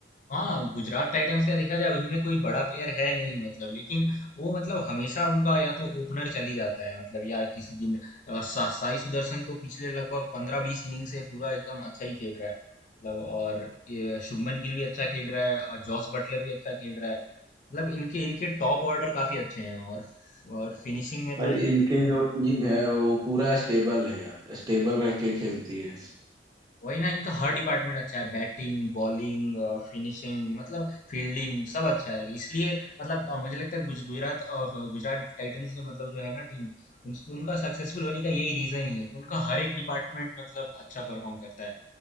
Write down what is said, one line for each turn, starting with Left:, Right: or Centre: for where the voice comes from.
Left: हाँ, गुजरात टाइटंस का देखा जाए उनमें कोई बड़ा प्लेयर है नहीं मतलब लेकिन वो मतलब हमेशा उनका या तो ओपनर चली जाता है मतलब या किसी दिन अ, सा, साई सुदर्शन तो पिछले लगभग पंद्रह बीस इनिंग से पूरा एकदम अच्छा ही खेल रहा है मतलब और ये शुभमन गिल भी अच्छा खेल रहा है और जॉस बटलर भी अच्छा खेल रहा है मतलब इनके इनके टॉप ऑर्डर काफी अच्छे हैं और और फिनिशिंग में तो
Right: भाई इनके जो टीम है वो पूरा स्टेबल है यार स्टेबल रह के खेलती है
Left: वही ना इनका हर डिपार्टमेंट अच्छा है बैटिंग बॉलिंग फिनिशिंग मतलब फील्डिंग सब अच्छा है इसलिए मतलब अ, मुझे लगता है गुज- गुजरात अ, गुजरात टाइटंस मतलब जो है ना टीम उन, उनका सक्सेसफुल होने का यही रीजन ही है कि उनका हर एक डिपार्टमेंट मतलब अच्छा परफॉर्म करता है